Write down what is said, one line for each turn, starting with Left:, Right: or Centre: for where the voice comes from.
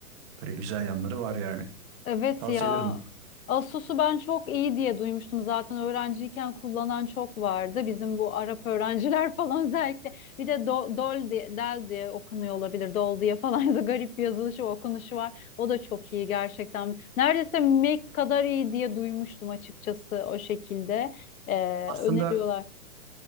Right: Böyle güzel yanları var yani.
Left: Evet
Right: Tavsiye
Left: ya.
Right: ederim.
Left: Asus'u ben çok iyi diye duymuştum zaten öğrenciyken kullanan çok vardı. Bizim bu Arap öğrenciler <laughs> falan özellikle. Bir de Do- Dol diye, Del diye okunuyor olabilir. Dol diye falan <laughs> da garip bir yazılışı okunuşu var. O da çok iyi gerçekten. Neredeyse Mac kadar iyi diye duymuştum açıkçası o şekilde. Ee,
Right: Aslında
Left: öneriyorlar.